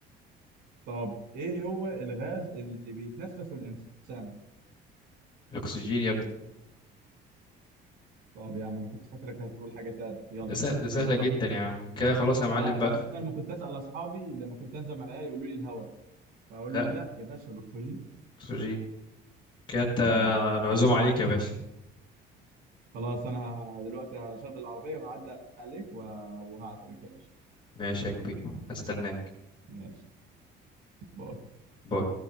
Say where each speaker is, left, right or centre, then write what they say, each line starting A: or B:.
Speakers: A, on the right; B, on the left.
A: طب ايه هو الغاز اللي بيتنفسه الانسان
B: الأكسجين يا ابني
A: طب يا عم انا كنت فاكرك هتقول حاجه تانية يلا
B: ده سه- ده سهلة
A: كده صح
B: جدا يا عم كده خلاص يا معلم
A: لا ما
B: بقى
A: اصل انا لما كنت اسال اصحابي لما كنت انزل مع العيال يقولوا لي الهواء فاقول
B: لا
A: لهم لا يا باشا الاكسجين
B: أكسجين كده أنت
A: لا عش
B: العزومة
A: عش
B: عليك يا باشا
A: خلاص انا ه- دلوقتي هشغل العربيه وهعدي عليك وه- وهعزمك يا باشا
B: ماشي يا كبير هستناك
A: ماشي باي
B: باي